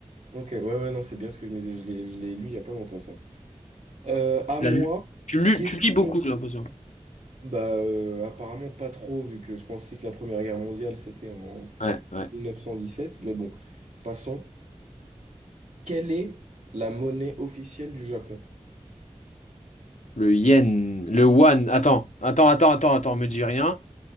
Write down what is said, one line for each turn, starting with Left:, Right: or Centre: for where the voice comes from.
Right: Ok, ouais, ouais, non, c'est bien ce que je me disais. Je l'ai, je l'ai lu il n'y a pas longtemps, ça. Euh, à
Left: Tu
Right: moi,
Left: l'as lu- tu lus,
Right: question.
Left: tu lis beaucoup, j'ai l'impression.
Right: Bah, euh, apparemment pas trop, vu que je pensais que la Première Guerre mondiale, c'était en...
Left: Ouais, ouais.
Right: 1917, mais bon, passons. Quelle est la monnaie officielle du Japon?
Left: Le yen, le yuan. Attends, attends, attends, attends, attends, me dis rien.